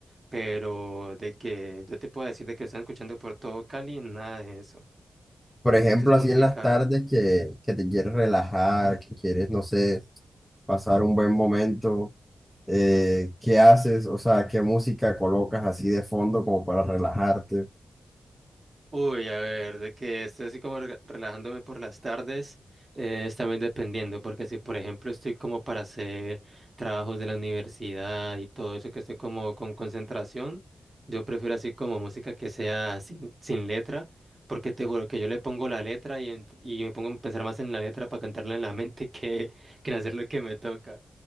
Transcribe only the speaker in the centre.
Por ejemplo,
así en las tardes que, que te quieres relajar, que quieres, no sé, pasar un buen momento, eh, ¿qué haces? O sea, ¿qué música colocas así de fondo como para relajarte?